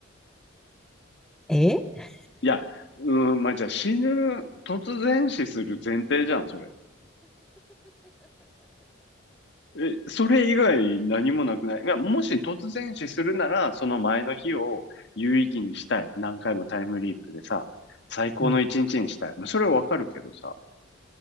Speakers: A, in the centre; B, on the left.
A: え
B: いや、うん、まあ、じゃあ死ぬ、突然死する前提じゃん、それ。え、それ以外何もなくない。いやもし突然死するなら、その前の日を有意義にしたい。何回もタイムリープでさ、最高の一日にしたい。
A: うん
B: まあそれはわかるけどさ、